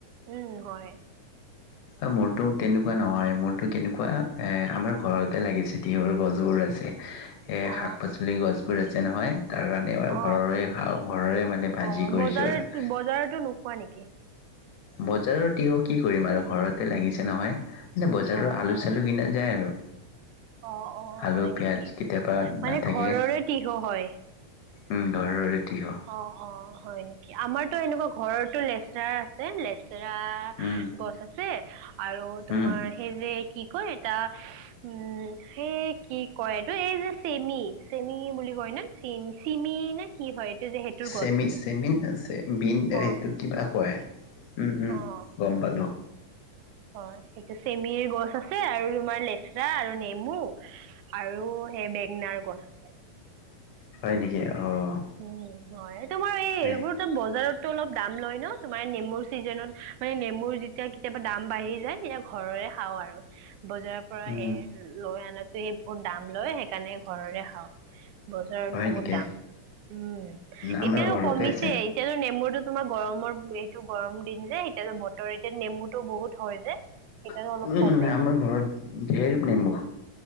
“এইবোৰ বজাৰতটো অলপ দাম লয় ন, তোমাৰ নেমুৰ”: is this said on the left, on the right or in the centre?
Right